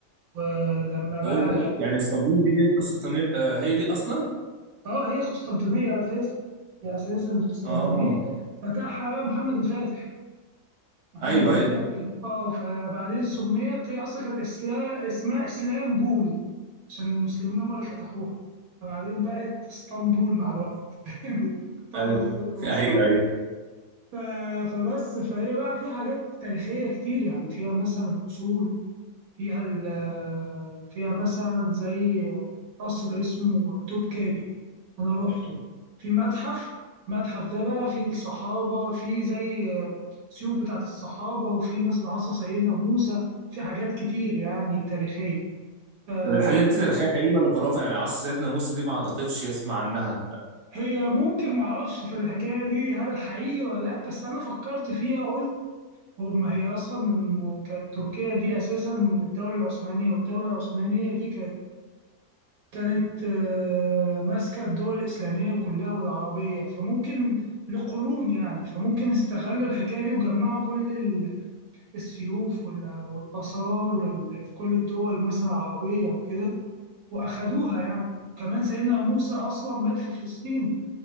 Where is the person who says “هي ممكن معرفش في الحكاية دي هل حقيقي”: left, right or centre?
Right